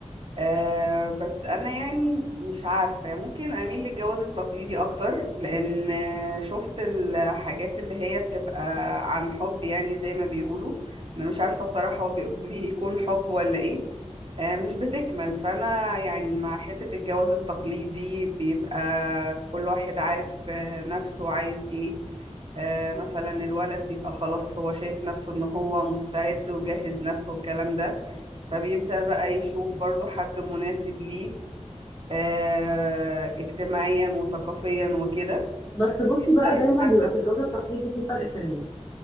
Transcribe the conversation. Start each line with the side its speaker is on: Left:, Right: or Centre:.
Right: أه بس انا يعني مش عارفة ممكن اميل للجواز التقليدي اكتر لان شفت الحاجات اللي هي بتبقى عن حب يعني زي ما بيقولوا انا مش عارفة الصراحة هو بي- بيكون حب ولا ايه أه مش بتكمل فانا يعني مع حتة الجواز التقليدي بيبقى كل واحد عارف آه، نفسه عايز ايه آه، مثلا الولد بيبقى خلاص هو شايف نفسه ان هو مستعد وجهز نفسه والكلام ده فبيبدأ بقى يشوف برضو حد مناسب ليه آه اجتماعيا وثقافيا وكده
Left: بس بصي بقى
Right: يبدأ
Left: دايما
Right: يتقدم
Left: بيبقى في الجواز التقليدي في فرق سن